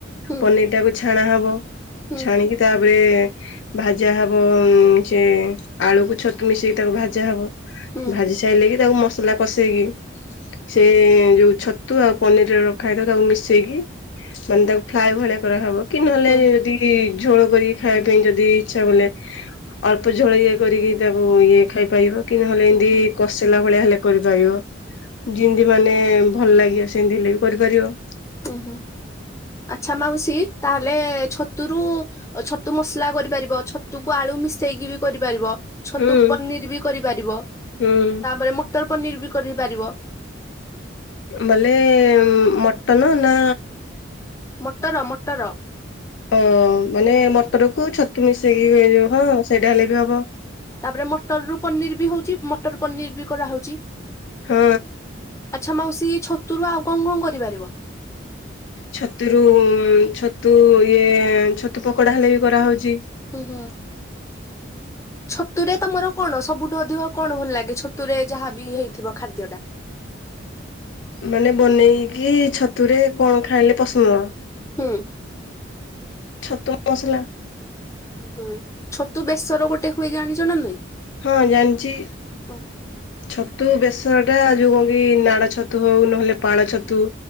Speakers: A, on the left; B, on the left.
A: ହୁଁ
B: ପନିର ଟାକୁ ଛାଣା ହବ
A: ହୁଁ
B: ଛାଣିକି ତାପରେ ଭାଜା ହବ ସେ ଆଳୁକୁ ଛତୁ ମିଶେଇି ତାକୁ ଭାଜା ହବ।
A: ହୁଁ ହୁଁ
B: ଭାଜି ସାରିଲେ କି ତାକୁ ମସଲା କଷେଇକି ସେ ଯୋଉ ଛତ ଆଉ ପନିର ରଖା ହେଇଥବ ତାକୁ ମିଶେଇକି ମାନେ ତାକୁ ଫ୍ରାଏ ଭଳିଆ କରାହବ କି ନହେଲେ
A: ହୁଁ
B: ଯଦି କି ଝୋଳ କରିକି ଖାଇବା ପାଇଁ ଯଦି ଇଚ୍ଛା କଲେ। ଅଳ୍ପ ଝୋଳ ଇଏ କରିକି ତାକୁ ଇଏ ଖାଇପାରିବ କି ନହେଲେ
A: ହୁଁ
B: ଏମିତି
A: ହୁଁ
B: କଷେଇିଲା ଭଳିଆ ହେଲେ କରିପାରିବ। ଯେମିତି ମାନେ ଭଲ ଲାଗିବ ସେମିତି ହେଲେ ବି କରିପାରିବ।
A: ଓହୋ ଆଚ୍ଛା ମାଉସୀ ତାହେଲେ ଛତୁରୁ ଛତୁ ମସଲା କରିପାରିବ ଛତୁକୁ ଆଳୁ ମିଶେଇକି ବି କରିପାରିବ। ଛତୁ
B: ହୁଁ।
A: ପନିର ବି କରିପାରିବ
B: ହୁଁ
A: ତାପରେ ମଟର ପନିର ବି କରିପାରିବ।
B: ବଲେ ମଟନ ନା
A: ମୋଟର-ମୋଟର,
B: ଓ ମାନେ ମୋଟରକୁ ଛତୁ ମିଶେଇକି ଯୋଉ ହଁ ସେଇଟା ହେଲେ ବି ହବ,
A: ତାପରେ ମଟର ରୁ ପନିର ବି ହଉଛି ମଟର ରୁ ପନିର ବି କରାହଉଛି,
B: ହୁଁ,
A: ଆଚ୍ଛା ମାଉସୀ ଛତୁରୁ ଆଉ କଁ-କଁ କରିପାରିବ?
B: ଛତୁରୁ ଛତୁ ଇଏ ଛତୁ ପକୋଡ଼ା ହେଲେ ବି କରାହେଉଛି,
A: ହୁଁ-ହୁଁ, ଛତୁରେ ତମର କଣ ସବୁଠୁ ଅଧିକ କଣ ଭଲ ଲାଗେ ଛତୁରେ ଯାହାବି ହେଇଥିବ ଖାଦ୍ୟ ଟା?
B: ମାନେ ବନେଇକି ଛତୁରେ କଣ ଖାଇଲେ ପସନ୍ଦ?
A: ହୁଁ,
B: ଛତୁ ମସଲା,
A: ହୁଁ ଛତୁ ବେଶର ଗୋଟେ ହୁଏ ଜାଣିଛ ନା ନାହିଁ,
B: ହଁ ଜାଣିଛି,
A: ଓହୋ,
B: ଛତୁ ବେସର ଟା ଯୋଉ ବି ନାଡ଼ ଛତୁ ହଉ ନହେଲେ ପାଳ ଛତୁ,